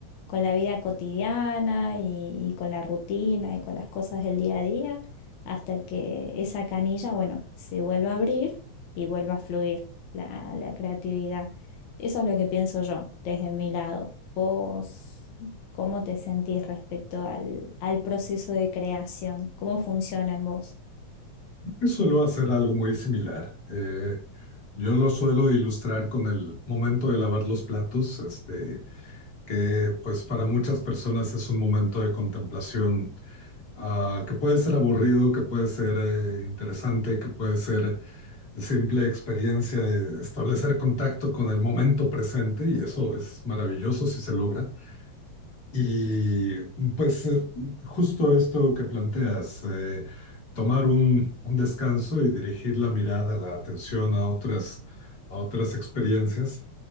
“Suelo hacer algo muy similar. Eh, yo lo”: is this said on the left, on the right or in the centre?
Left